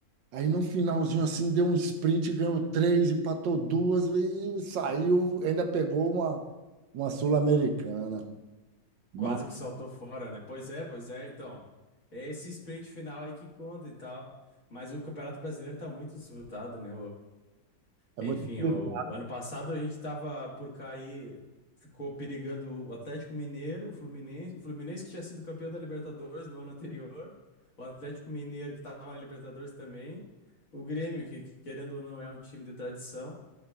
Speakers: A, on the right; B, on the left.
A: Aí no finalzinho assim deu um sprint, ganhou três, empatou duas e saiu, ainda pegou uma, uma Sul-Americana. Mas
B: Quase que saltou fora, né? Pois é, pois é. Então, é esse sprint final aí que conta e tal. Mas o Campeonato Brasileiro tá muito disputado, né?
A: é
B: Enfim,
A: muito utilizado,
B: o ano passado a gente estava por cair, ficou perigando o Atlético Mineiro, o Fluminense, o Fluminense que tinha sido campeão da Libertadores no ano anterior, o Atlético Mineiro que estava na Libertadores também, o Grêmio que querendo ou não é um time de tradição,